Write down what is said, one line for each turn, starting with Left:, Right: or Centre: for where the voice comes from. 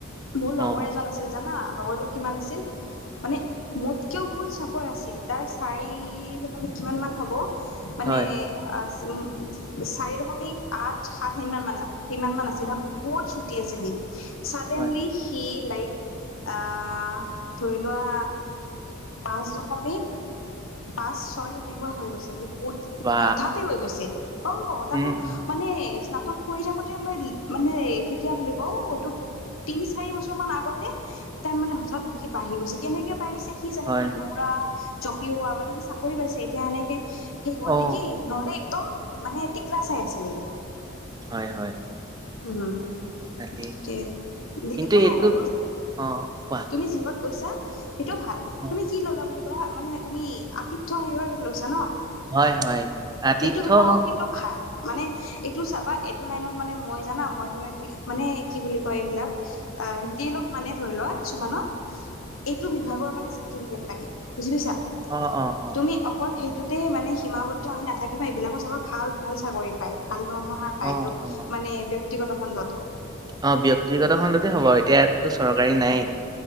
Left: মোৰ
Right: অ
Left: লগৰ এজন আছিল জানা লগৰজন কিমান আছিল? মানে মোতকেও বহুত চাপৰ আছিল তাৰ চাৰি দশমিক কিমান মান হ'ব- মানে-
Right: হয়
Left: চাৰি দশমিক আঠ সাত সিমান মাধ সিমান মান আছিলা বহুত চুট- টি আছিলি সি চাডেনলি
Right: হয়
Left: সি লাইক- আঁহ ধৰি লোৱা পাঁচ দশমিক- পাঁচ ছয় সেনেকুৱা হৈ গৈছে, বহুত-
Right: বা
Left: হঠাতে হৈ গৈছে, অঁ তাকো
Right: উম উম
Left: মানে- নাটক কৰি থাকোতে মই মানে কেতিয়া বুলি কওঁ এইটোত- তিনি চাৰি বছৰ মান আগতে তাৰ মানে হঠাৎ সি বাঢ়ি গৈছে কেনেকে বাঢ়িছে? কি জানে
Right: হয়
Left: সেটো দৌৰা জপিওৱা মানে সি চাকৰি পাইছে। এতিয়া সেনেকে- সেই হ'ল
Right: অ
Left: নেকি, ন'হলে একদম মানে টিকলা চাই আছিলে সি।
Right: হয় হয়।
Left: উম'
Right: ভালেই
Left: ঠিকে,
Right: কিন্তু
Left: একো
Right: এইটো
Left: নাই বাৰু।
Right: অ কোৱা
Left: তুমি যিহত গৈছা সেইটো ভাল,
Right: অ,
Left: তুমি কি ললা বুলি- কৰা মানে তুমি আতিথ্য হাৰিয়ৰ লৈছা ন।
Right: হয় হয় আতিথ্য
Left: এইটো বিভাগক
Right: হওক
Left: কিন্তু ভাল। মানে- এইটো চাবা এইটো লাইনত মানে মই জানা মই কিবা কিবি- মানে কি বুলি কয় এইবিলাক ৰিতেলত মানে ধৰি লোৱা কিছুমানত এইট- টো বিভাগৰ মানে চাৰ্টিফিকেট লাগে বুজি পাইছা।
Right: অঁ' অঁ' অঁ'
Left: তুমি অকল সেইটোতে মানে সীমাবদ্ধ আহি নাথাকিবা। এইবিলাকো চাবা ভাল ভাল চাকৰি পায় ভাল দৰমহাৰ- পাই
Right: অ
Left: গলো
Right: অ
Left: মানে ব্যক্তিগত খণ্ডতো।
Right: অঁ ব্যয়ক্তিগত খণ্ডতে হ'ব, এতিয়া ইয়াতটো চৰকাৰী নায়ে